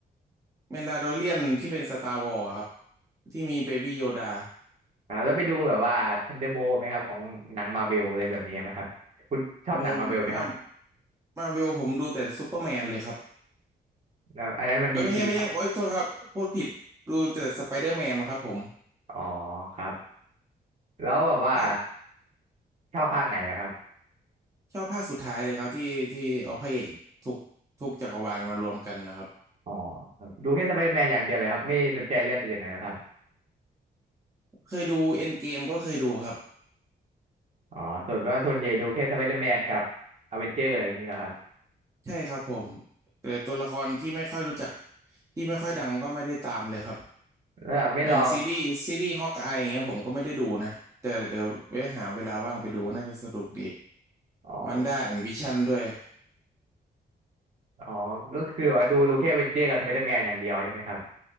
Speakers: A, on the right (about 20°); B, on the right (about 40°).
A: แมนดาโ o เรียนที่เป็นสตาร์วอร์ครับที่มีเบบี้โยดา
B: ครับแล้วไปดูแบบว่า Thunderbolt ไหมครับของหนังมาเวลอะไรแบบนี้ไหมครับคุณชอบหนังมาเวลไหมครับ
A: โอ้มามาเวลผมดูแต่ซูเปอร์แมนเลยครับ
B: แล้วอันนั้นมันดีซีครับ
A: เอ้ยไม่ใช่ไม่ใช่โอ้ยโทษครับพูดผิดดูแต่สไปเดอร์แมนครับผม
B: อ๋อครับแล้วแบบว่า
A: ภาค
B: ชอบภาคไหนนะครับ
A: ชอบภาคสุดท้ายเลยครับที่ที่เอาพระเอกทุกทุกจักรวาลมารวมกันนะครับ
B: อ๋อครับดูแค่สไปเดอร์แมนอย่างเดียวเลยครับ ไม่สนใจเรื่องอื่นเลยนะครับ
A: เคยดูเอ็นเกมก็เคยดูครับ
B: อ๋อส่วนก็ส่วนใหญ่ดูแค่สไปเดอร์แมนกับอเวนเจอร์อะไรอย่างนี้แหละครับ
A: ใช่ครับผมแต่ตัวละครที่ไม่ค่อยรู้จักที่ไม่ค่อยดังก็ไม่ได้ตามเลยครับ
B: แล้วไม่ลอง
A: อย่างซีรีส์ซีรีส์ฮอกอายอย่างเงี้ยผมก็ไม่ได้ดูนะแต่เดี๋ยวไว้หาเวลาว่างไปดูน่าจะสนุกดี
B: อ๋อ
A: วันด้าแอนด์วิชั่นด้วย
B: อ๋อก็คือว่าดูดูแค่อเวนเจอร์กับสไปเดอร์แมนอย่างเดียวใช่ไหมครับ